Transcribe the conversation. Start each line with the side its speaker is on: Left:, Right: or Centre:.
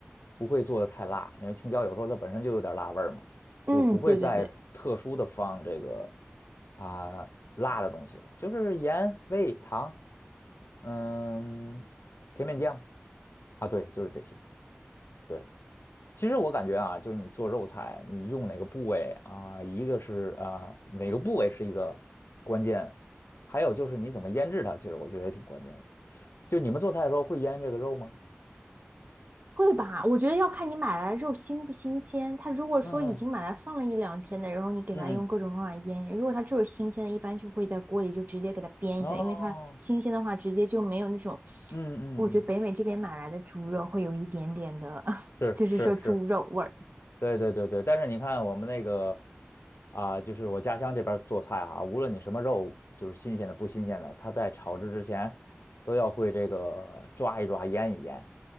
Left: 不会做的太辣，因为青椒有时候它本身就有点儿辣味儿嘛，
Right: 嗯，
Left: 就不会再特殊的放这个
Right: 对对对，
Left: 啊、辣的东西了，就是盐、味、糖，嗯，甜面酱啊，对，就是这些。对，其实我感觉啊，就是你做肉菜，你用哪个部位啊，一个是啊哪个部位是一个关键，还有就是你怎么腌制它，其实我觉得也挺关键的。就你们做菜的时候会腌这个肉吗？
Right: 会吧？我觉得要看你买来的肉新不新鲜。它如果说已经买来放了一两天的，
Left: 嗯嗯
Right: 然后你给它用各种方法腌，
Left: 嗯
Right: 如果它就是新鲜的，一般就会在锅里就直接给它煸一下，
Left: 嗯，哦，
Right: 因为它新鲜的话直接就没有那种，
Left: 嗯嗯嗯，
Right: 我觉得北美这边买来的猪肉会有一点点的，<laughs>
Left: 是是是，
Right: 就是说猪肉味儿。
Left: 对对对对。但是你看我们那个啊、就是我家乡这边儿做菜啊，无论你什么肉，就是新鲜的不新鲜的，它在炒制之前都要会这个抓一抓、腌一腌，